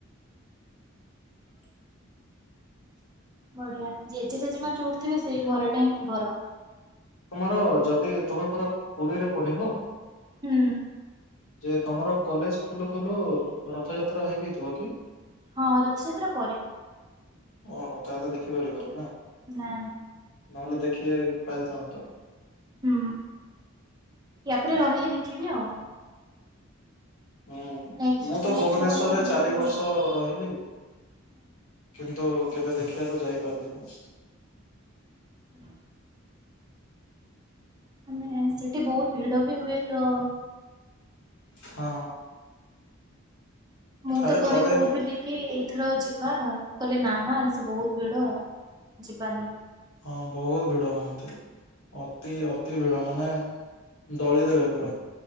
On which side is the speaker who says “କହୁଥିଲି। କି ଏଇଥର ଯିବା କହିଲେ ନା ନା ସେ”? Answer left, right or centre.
Right